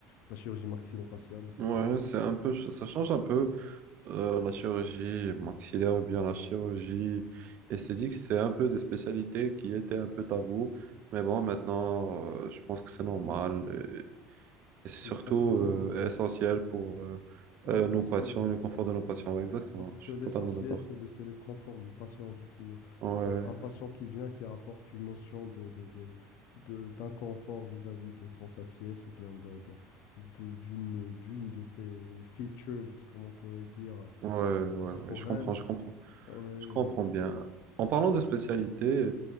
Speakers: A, on the left (about 65°); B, on the right (about 50°).
A: de la chirurgie maxillofaciale aussi.
B: Ouais, c'est un peu, ça change un peu euh, la chirurgie maxillaire ou bien la chirurgie esthétique. C'est un peu des spécialités qui étaient un peu tabou. Mais bon, maintenant, euh, je pense que c'est normal et, et c'est
A: Exactement,
B: surtout euh,
A: ouais.
B: essentiel pour euh,
A: Ouais,
B: euh,
A: parce
B: nos patients
A: que,
B: et le confort
A: pa-
B: de nos patients.
A: pa-
B: Ouais, exactement,
A: parce
B: je
A: que
B: suis
A: l'essentiel,
B: totalement d'accord.
A: c'est le, c'est le confort du patient. Du coup,
B: Ouais,
A: euh, un patient qui vient, qui apporte une notion de, de, de- de- d'inconfort vis-à-vis de son faciès ou bien de, de- de- d'une, d'une de ses features, comme on pourrait dire,
B: ouais, ouais,
A: corporelles,
B: ouais, je comprends, je comprends.
A: ouais, euh,
B: Je comprends bien. En parlant de spécialité,